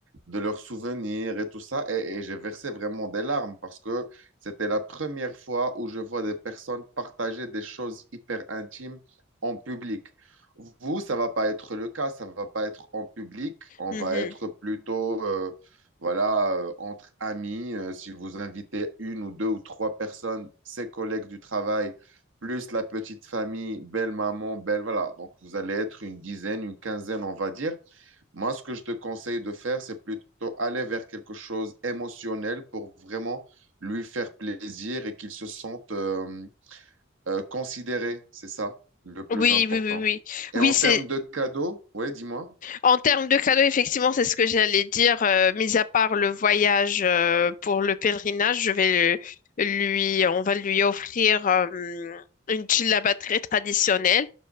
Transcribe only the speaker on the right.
de leurs souvenirs et tout ça. Et, et j'ai versé vraiment des larmes parce que c'était la première fois où je vois des personnes partager des choses hyper intimes en public. Vous, ça va pas être le cas, ça va pas être en public, on
va être plutôt euh, voilà, euh, entre amis, euh, si vous invitez une ou deux ou trois personnes, ses collègues du travail, plus la petite famille, belle maman, belle, voilà. Donc, vous allez être une dizaine, une quinzaine, on va dire. Moi, ce que je te conseille de faire, c'est plutôt aller vers quelque chose émotionnel pour vraiment lui faire plaisir et qu'il se sente euh, euh, considéré. C'est ça le plus
important.
Et
en
termes de cadeaux, oui, dis-moi.